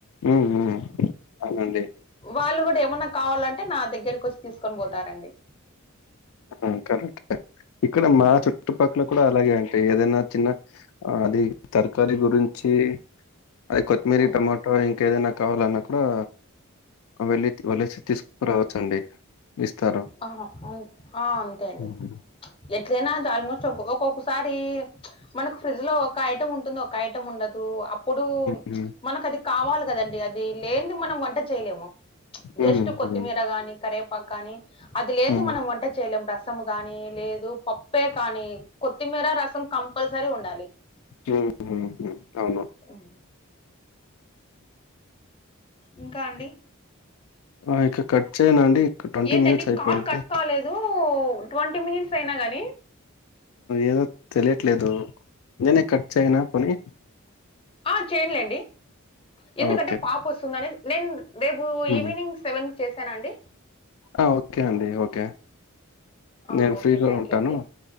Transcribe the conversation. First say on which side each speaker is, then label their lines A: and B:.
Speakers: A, on the left (about 75°); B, on the left (about 25°).
A: ఉహుమ్ అవునండి
B: వాళ్ళు కూడా ఏమన్నా కావాలంటే నా దగ్గరకి వచ్చి తీసుకొని పోతారండి
A: ఆ కరెక్ట్ ఇక్కడ మా చుట్టుపక్కల కూడా అలాగే అంటే ఏదైనా తిన్న అది తరుకరి గురించి అదే కొత్తిమీరీ
B: ఉమ్.
A: టమాటా ఇంకేదైనా కావాలన్నా కూడా వెళ్ళి వలేసి తీసుకురావచ్చు అండి ఇస్తారు
B: ఆ ఆ అంతే అండి
A: ఉమ్,
B: ఎట్లనా అది ఆల్మోస్ట్ ఒక్కొక్కసారి మనకు ఫ్రిడ్జ్ లో ఒక ఐటమ్‌ ఉంటుంది ఒక ఐటమ్ ఉండదు అప్పుడు
A: ఉమ్,
B: మనకు అది కావాలి కదండి అది లేనిది మనం వంట చేయలేము జస్ట్
A: ఉమ్,
B: కొత్తిమీర
A: ఉమ్,
B: కాని కరేపాకు కానీ అది లేంది
A: ఉమ్,
B: మనం వంట చేయలేం రసం కానీ లేదు పప్పే కానీ కొత్తిమీర రసం కంపల్సరీ ఉండాలి
A: ఉమ్మ్ అవును
B: ఉమ్ ఇంకా అండి
A: ఆ ఇంక కట్ చేయన అండి ట్వంటీ
B: ఏంటండి
A: మినిట్స్ అయిపోయింది
B: కాల్ కట్ కాలేదు ట్వంటీ మినిట్స్ అయినా గాని
A: ఏదో తెలియట్లేదు నేనే కట్ చేయనా పోనీ
B: ఆ చేయనులేండి ఎందుకంటే
A: ఓకే
B: పాప వస్తుందని నేను రేపు
A: ఉమ్.
B: ఈవినింగ్ సేవెనుకు చేశానా అండి
A: ఆ ఓకే అండి ఓకే
B: ఆ!
A: నేను
B: ఓకే.
A: ఫ్రీగా
B: థ్యాంక్
A: ఉంటాను
B: యూ అండి.